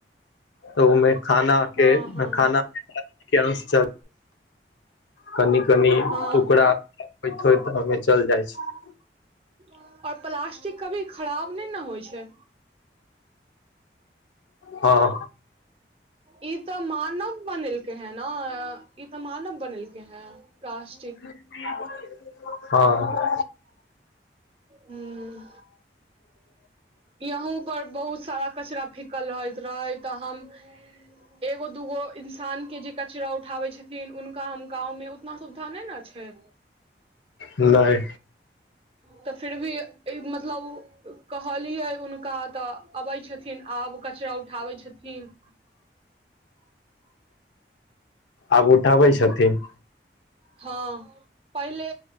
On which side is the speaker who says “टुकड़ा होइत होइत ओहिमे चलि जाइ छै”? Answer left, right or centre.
Left